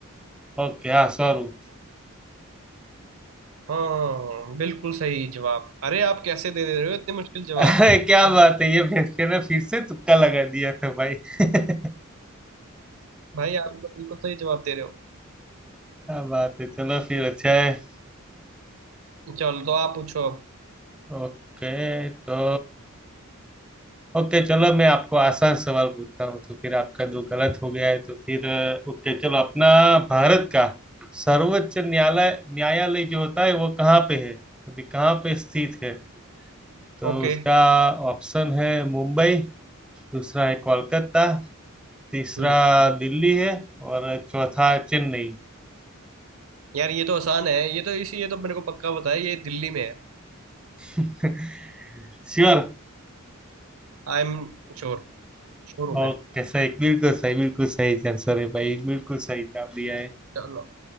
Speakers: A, in the centre; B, on the right (about 75°).
A: ओके हाँ सॉरी
B: हाँ बिल्कुल सही जवाब अरे आप कैसे दे दे रहे हो इतने मुश्किल जवाब
A: <laughs>
B: है
A: क्या बात
B: <laughs>
A: है ये फिर फिर ना फिर से तुक्का लगा दिया था भाई <laughs> क्या
B: भाई आप तो बिल्कुल सही जवाब दे रहे हो
A: बात है चलो फिर अच्छा है
B: चलो तो आप पूछो अब
A: ओके तो ओके चलो मैं आपको आसान सवाल पूछता हूँ तो फिर आपका दो गलत हो गया है तो फिर अ, ओके चलो अपना भारत का सर्वोच्च न्यायालय न्यायालय जो होता है वो कहाँ पे है अभी कहाँ पे स्थित है तो
B: ओके
A: उसका ऑप्शन है मुंबई दूसरा है कोलकाता तीसरा
B: हम्म
A: दिल्ली है और चौथा चेन्नई
B: यार ये तो आसान है ये तो इसी ये तो मेरे को पक्का पता है ये दिल्ली में है
A: <laughs> श्योर
B: I am sure श्योर हूँ मैं
A: ओके सही बिल्कुल सही बिल्कुल सही आंसर है भाई बिल्कुल सही जवाब दिया है
B: चलो